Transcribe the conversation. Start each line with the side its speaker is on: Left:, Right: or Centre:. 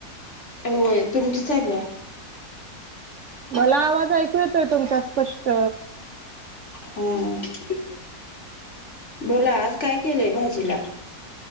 Left: होय तुमची चालल्या.
Right: मला आवाज ऐकू येतोय तुमचा स्पष्ट.
Left: हम्म बोला आज काय केलय भाजीला?